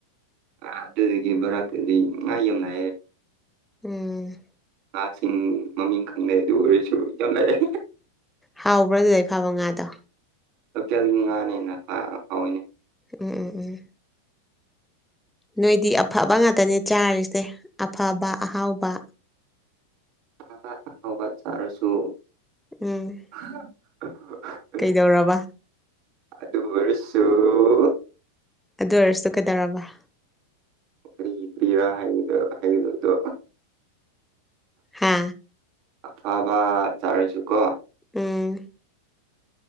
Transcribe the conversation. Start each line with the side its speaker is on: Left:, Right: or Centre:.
Right: ꯑ ꯑꯗꯨꯗꯒꯤ ꯕꯣꯔꯥꯛꯀꯗꯤ ꯉꯥ ꯌꯥꯝ <unintelligible>
Centre: ꯎꯝ
Right: ꯉꯥꯁꯤꯡ ꯃꯃꯤꯡ ꯈꯪꯂꯦ ꯑꯗꯨ ꯑꯣꯏꯔꯁꯨ ꯌꯥꯝ ꯂꯥꯛꯑꯦ
Centre: ꯍꯥꯎꯕ꯭ꯔꯥ ꯑꯗꯨꯗꯩ ꯐꯥꯕ ꯉꯥꯗꯣ
Right: ꯂꯣꯀꯦꯜꯒꯤ ꯉꯥꯅꯤꯅ ꯑ ꯍꯥꯎꯋꯤꯅꯦ
Centre: ꯎꯝ ꯎꯝ ꯎꯝ ꯅꯣꯏꯗꯤ ꯑꯐꯕ ꯉꯥꯛꯇꯅꯦ ꯆꯥꯔꯤꯁꯦ ꯑꯐꯕ ꯑꯍꯥꯎꯕ
Right: ꯉꯟꯅ ꯍꯧꯒꯠ ꯇꯥꯔꯁꯨ
Centre: ꯎꯝ
Right: <unintelligible>
Centre: ꯀꯩꯗꯧꯔꯕ
Right: ꯑꯗꯨꯝꯕꯒꯁꯨꯨ
Centre: ꯑꯗꯨ ꯑꯣꯏꯔꯁꯨ ꯀꯩꯗꯧꯔꯕ
Right: ꯀꯔꯤ ꯀꯔꯤꯔꯥ ꯍꯥꯏꯒꯗ ꯍꯥꯏꯒꯗꯕꯗꯣ
Centre: ꯍꯥ
Right: ꯑꯐꯕ ꯆꯥꯔꯁꯨ ꯀꯣ
Centre: ꯎꯝ